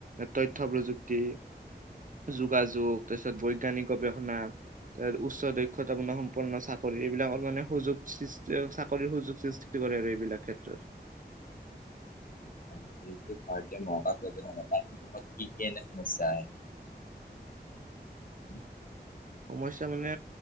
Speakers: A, on the right (about 50°); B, on the left (about 50°).
A: তথ্য প্ৰযুক্তি, যোগাযোগ তাৰপিছত বৈজ্ঞানিক গৱেষণা। তাত উচ্চ দক্ষতা গুণ সম্পন্ন চাকৰি এইবিলাকৰ মানে সুযোগ সৃষ্টি, চাকৰিৰ সুযোগ। সৃষ্টি কৰে আৰু এইবিলাক ক্ষেত্ৰত।
B: আৰু যিটো ভাৰতীয় মহাকাশ গৱেষণা তাৰ সন্মুখত কি-কি এনে সমস্যা আহে? <inaudible>
A: সমস্যা মানে